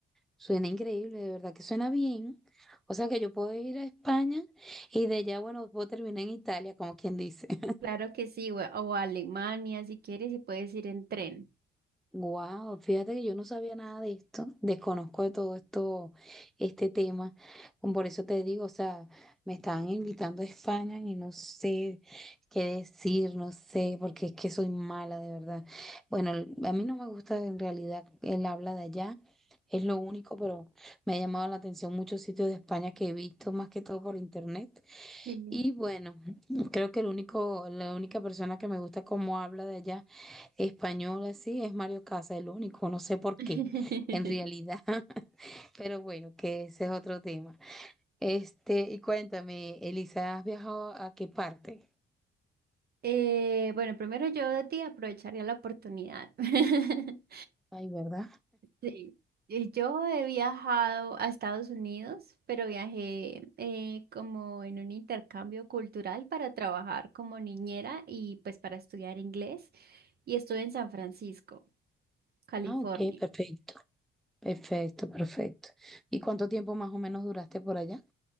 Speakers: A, in the centre; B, on the right.
A: Suena increíble, de verdad que suena bien. O sea que yo puedo ir a España y de allá, bueno, puedo terminar en Italia, como quien dice. <laughs>
B: Claro que sí, we- o a Alemania si quieres y puedes ir en tren.
A: Wow, fíjate que yo no sabía nada de esto, desconozco de todo esto, este tema, Como por eso te digo, o sea, me estaban invitando a España y no sé qué decir, no sé, porque es que soy mala de verdad. Bueno, el- a mí no me gusta en realidad el habla de allá, es lo único, pero me ha llamado la atención muchos sitios de España que he visto más que todo por internet.
B: Sí.
A: Y bueno, creo que el único, la única persona que me gusta cómo habla de allá español así es Mario Casa, el único, no sé por
B: <laughs>
A: qué, en realidad. <laughs> Pero bueno, que ese es otro tema. Este, y cuéntame, Elisa, ¿has viajado a qué parte?
B: Eh, bueno, primero yo de ti aprovecharía la oportunidad. <laughs>
A: Ay, ¿verdad?
B: Sí, y yo he viajado a Estados Unidos, pero viajé eh, como en un intercambio cultural para trabajar como niñera y pues para estudiar inglés y estuve en San Francisco, California.
A: Ah, ok, perfecto, perfecto, perfecto. ¿Y cuánto tiempo más o menos duraste por allá?